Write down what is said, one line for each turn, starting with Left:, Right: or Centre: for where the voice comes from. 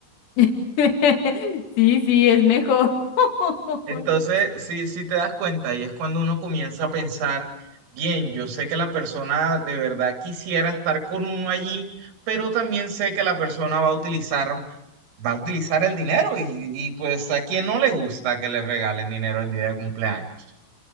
Left: <laughs> Sí, sí, es mejor. <laughs>
Right: Entonces, sí sí te das cuenta, y es cuando uno comienza a pensar, bien, yo sé que la persona de verdad quisiera estar con uno allí, pero también sé que la persona va a utilizar, va a utilizar el dinero y, y pues a quien no le gusta que le regalen dinero el día de cumpleaños.